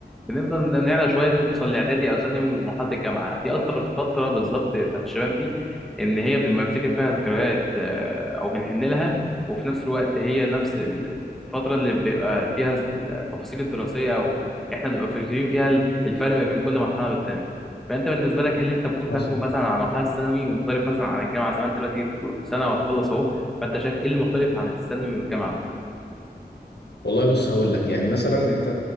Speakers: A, in the centre; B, on the left.
A: بنفضل نعلى شويه نوصل لاعدادي او ثانوي ومرحله الجامعه دي اكتر فتره بالظبط بتاعت الشباب دي ان هي بنبقى بنفتكر فيها ذكريات آه، او بنحن لها وفي نفس الوقت هي نفس ال- الفتره اللي بيبقى فيها التفاصيل الدراسيه او احنا بنبقى فاكرين فيها ال- الفرق ما بين كل مرحله والتانيه فانت بالنسبه لك ايه اللي انت ممكن فاكره
B: حصل
A: مثلا عن مرحله الثانوي ومختلف مثلا عن الجامعه زي ما انت دلوقتي بتقول سنه وهتخلص اهو فانت شايف ايه اللي مختلف عن الثانوي والجامعه مثلا
B: والله بص هقول لك يعني مثلا انت